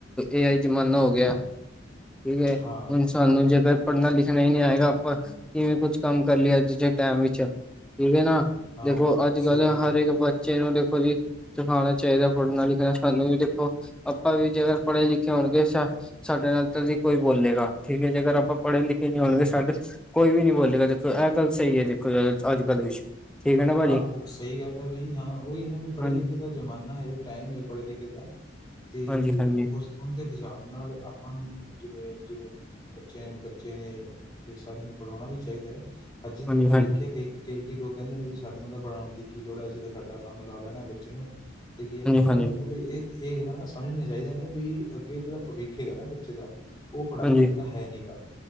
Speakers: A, in the centre; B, on the left.
A: ਏ ਆਈ ਜ਼ਮਾਨਾ ਹੋ ਗਿਆ ਠੀਕ ਏ,
B: ਹਾਂ
A: ਹੁਨ ਸਾਨੂੰ ਜ਼ੇਕਰ ਪੜ੍ਹਨਾ-ਲਿਖਣਾ ਈ ਨੀ ਆਏਗਾ ਆਪਾਂ ਕਿਵੇਂ ਕੁਛ ਕੰਮ ਕਰ ਲਈਏ ਅੱਜ ਦੇ ਟੈਮ ਇਚ, ਠੀਕ ਏ ਨਾਂ।
B: ਹਾਂ
A: ਦੇਖੋ
B: ਉਹ
A: ਅੱਜ-ਕੱਲ
B: ਸਹੀ ਗੱਲ
A: ਹਰੇਕ
B: ਹੈ
A: ਬੱਚੇ ਨੂੰ ਦੇਖੋ ਜੀ ਸਿਖਾਉਣਾ ਚਾਈਦਾ ਪੜ੍ਹਨਾ-ਲਿਖਣਾ ਸਾਨੂੰ ਵੀ ਦੇਖੋ, ਆਪਾਂ ਵੀ ਜੇਕਰ ਪੜ੍ਹੇ-ਲਿਖੇ ਹੋਣਗੇ ਸਾਡੇ ਨਾਲ ਤਦ ਈ ਕੋਈ ਬੋਲੇਗਾ, ਠੀਕ ਏ ਜੇਕਰ ਆਪਾਂ ਪੜ੍ਹੇ-ਲਿਖੇ ਨਈ ਹੋਣਗੇ
B: ਹੂੰ ਹੂੰ
A: ਸਾਡੇ, ਕੋਈ ਵੀ ਨੀਂ ਬੋਲੇਗਾ ਦੇਖੋ ਐ ਗੱਲ ਸਈ ਐ ਦੇਖੋ ਅੱਜ-ਕੱਲ੍ਹ ਵਿੱਚ। ਠੀਕ ਹੈ ਨਾ ਭਾਜੀ
B: ਹਾਂ ਓ ਸਈ ਗੱਲ ਐ ਬਈ, ਹਾਂ ਓਹੀ ਹੈ ਨਾਂ ਵੀ ਪੜ੍ਹੇ-ਲਿਖੇ
A: ਹਾਂਜੀ
B: ਦਾ ਜ਼ਮਾਨਾ ਏ, ਟਾਈਮ ਏ ਪੜ੍ਹੇ-ਲਿਖੇ ਦਾ ਤੇ
A: ਹਾਂਜੀ ਹਾਂਜੀ
B: ਉਸ ਓਂਦੇ ਹਿਸਾਬ ਨਾਲ ਆਪਾਂ ਨੂੰ ਜਿਵੇਂ-ਜਿਵੇਂ ਬੱਚੇ, ਬੱਚੇ ਨੇਂ ਤੇ ਸਭ ਨੂੰ ਪੜ੍ਹਾਉਣਾ ਵੀ ਚਾਈਦਾ ਏ, ਅਜੇ ਤੱਕ
A: ਹਾਂਜੀ
B: ਮੈਂ
A: ਹਾਂਜੀ
B: ਦੇਖਿਆ ਕ ਕਈ ਲੋਕ ਕੈਂਦੇ ਨੇਂ ਵੀ ਸਾਨੂੰ ਤਾਂ ਪੜ੍ਹਾਉਣ ਦੀ ਕੀ ਲੋੜ ਐ ਅਸੀਂ ਤਾਂ ਸਾਡਾ ਕੰਮ ਲਾ ਲੈਣਾ ਬੱਚੇ ਨੂੰ ਤੇ ਕੀ ਏ ਪਰ ਓਨਾਂ
A: ਹਾਂਜੀ
B: ਨੂੰ ਵੀ ਏ, ਏ ਗੱਲਾਂ ਨਾ ਸਮਝਣੀਆਂ ਚਾਈਦੀਆਂ ਨੇਂ ਵੀ ਅੱਗੇ ਜੇੜਾ ਭਵਿੱਖ ਹੈਗਾ ਨਾਂ ਬੱਚੇ ਦਾ ਓ ਪੜ੍ਹਾਈ
A: ਹਾਂਜੀ
B: ਤੋਂ ਬਿਨਾਂ ਹੈ ਨੀ ਗਾ,